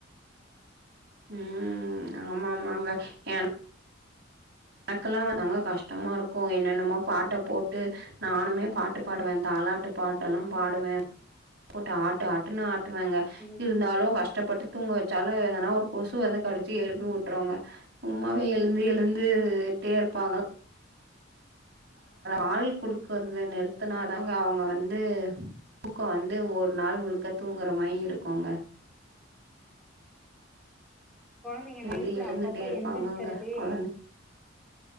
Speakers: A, on the right; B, in the centre.
A: ம் ஆமாமாங்க ஏனா எனக்கெல்லா வந்தாங்க கஷ்டமா இருக்கு என்னென்னமோ பாட்ட போட்டு நானுமே பாட்டு பாடுவே தாலாட் டு பாட்டெல்லா
B: ம்
A: பாடுவே போட்டு ஆட்டு ஆட்டுன்னு ஆட் டுவேங்க
B: ம்
A: இருந்தாலு கஷ்டப்பட்டு தூங்க வச்சாலு எதன்னா ஒரு கொசு வந்து கடிச்சி எழுப்பி வுட்ருங்க சும்மாவே எழுந்து எழுந்துட்டே இருப்பாங்கள் ஆள் குடுக்குறத நிறுத்துனாதாங்க அவங்க வந்து தூக்கோ வந்து ஒரு நாள் முழுக்க தூங்குற மாரி இருக்குங்க
B: கொழந்தைங்க
A: எழுந்து
B: நைட்ல
A: எழுந்துட்டே
B: அப்பப்ப
A: இருப்பாங்கங்க
B: எந்திருக்கிறதே
A: கொழந்த